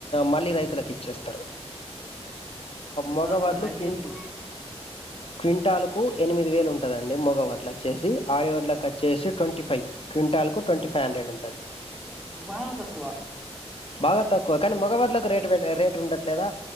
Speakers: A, on the left (about 60°); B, in the centre.
A: మళ్ళీ రై లకు ఇచ్చేస్తారు మగవాడ్లు
B: ఆహా అయితే
A: కింటి
B: ఇప్పుడు
A: క్వింటాల కు ఎనిమిది వేలు ఉంటదండి మగ వడ్ల వచ్చేసి ఆడి వడ్ల చేసి
B: హ్మ్.
A: ట్వంటీ ఫైవ్ క్ంటల్కు ట్ంటీ ఫైవ్ హండ్రెడ్ ఉంటది
B: బాగా తక్కువ
A: బాగా తక్కువ కానీ మగ వడ్లు రేటు రేట్ ఉండట్లేదా